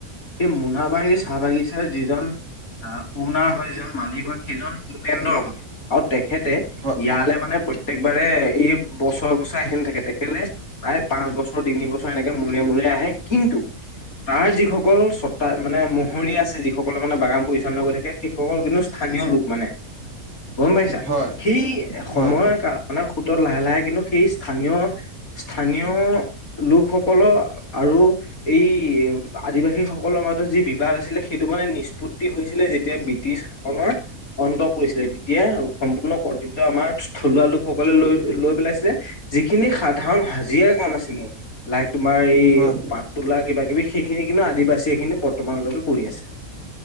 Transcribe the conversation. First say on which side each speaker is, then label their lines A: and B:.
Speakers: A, on the left; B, on the right.
A: এই মোনাবাৰী চাহ বাগিচাৰ যিজন আহ, মোনাবাৰি যিজন মালিক হয়, সেইজন ইংলেণ্ডৰ হয়, আৰু তেখেতে ইয়ালে
B: হয়
A: মানে প্ৰত্যেকবাৰে এই বছৰে, বছৰে আহি নথাকে তেখেতে প্ৰায় পাঁচ বছৰ তিন বছৰ এনেকে মূৰে, মূৰে আহে, কিন্তু তাৰ যিসকল চতা, মানে মহুৰি আছে যিসকলে মানে বাগান পৰি চালনা কৰি থাকে, সেইসকল কিন্তু স্থানীয়লোক মানে গম পাইছা!
B: হয়
A: সেই সময়
B: হয়
A: মানে সোঁতত লাহে, লাহে কিন্তু সেই স্থানীয়, স্থানীয় লোকসকলৰ আৰু এই আদিবাসী সকলৰ মাজত যি বিবাদ আছিলে, সেইটো মানে নিস্পুত হৈছিলে যেতিয়া ব্ৰিটিছ শাসনৰ অন্ত পৰিছিলে, তেতিয়া সম্পূৰ্ণ কৰ্তৃত্য আমাৰ থলুৱা লোকসকলে লৈ-লৈ পেলাইছিলে। যিখিনি সাধাৰণ হাজিৰা কাম আছিলে লাইক, তোমাৰ এই
B: হয়
A: পাত তোলা কিবা কিবি সেইখিনি কিন্তু আদিবাসীয়ে কিন্তু বৰ্তমানলৈকে কৰি আছে।